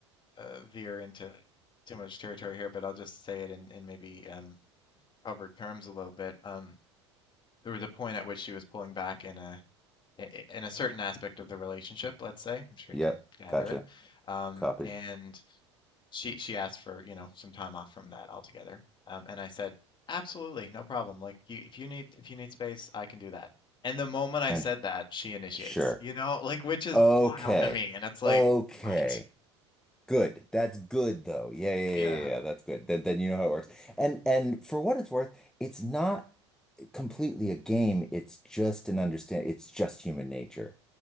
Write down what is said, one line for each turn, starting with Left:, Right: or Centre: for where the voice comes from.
Left: uh, veer into too much territory here, but I'll just say it in, in maybe um, covered terms a little bit. Um, there was a point at which she was pulling back in a i- i- in a certain aspect of the relationship, let's say. I'm sure
Centre: yep,
Left: you can gather
Centre: gotcha.
Left: it. Um,
Centre: Copy.
Left: and she she asked for, you know, some time off from that altogether. Um, and I said, absolutely, no problem. Like you, if you need if you need space, I can do that. And the moment I
Centre: And
Left: said that, she initiates,
Centre: sure.
Left: you know, like which is
Centre: Okay.
Left: wild to me. And it's like,
Centre: Okay.
Left: what?
Centre: Good. That's good though. Yeah, yeah,
Left: Yeah,
Centre: yeah, yeah. yeah. That's good. Then, then you know how it works. And and for what it's worth, it's not completely a game. It's just an understand. It's just human nature.